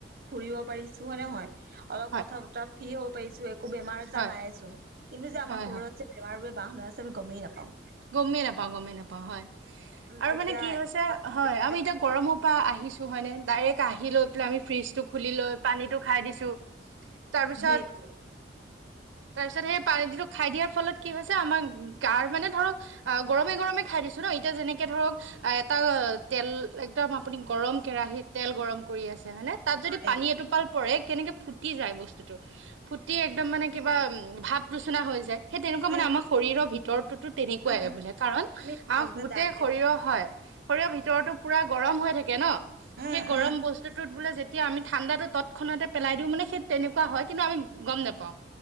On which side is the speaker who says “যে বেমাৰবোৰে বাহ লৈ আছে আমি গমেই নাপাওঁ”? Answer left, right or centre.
Right